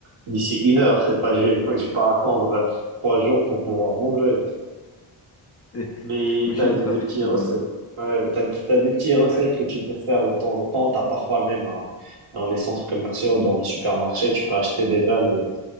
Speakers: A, on the right; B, on the left.
A: d'ici une heure, c'est pas, <laughs> j'ai j'ai pas à attendre euh, trois jours pour pouvoir manger.
B: <laughs>
A: Mais
B: Oui, je
A: t'as
B: suis
A: des,
B: d'accord
A: des
B: avec
A: petits
B: toi,
A: recettes.
B: oui.
A: Ouais, t'as, t'as des petites recettes que tu peux faire de temps en temps. T'as parfois même un- dans les centres commerciaux, dans les supermarchés, tu peux acheter déjà le,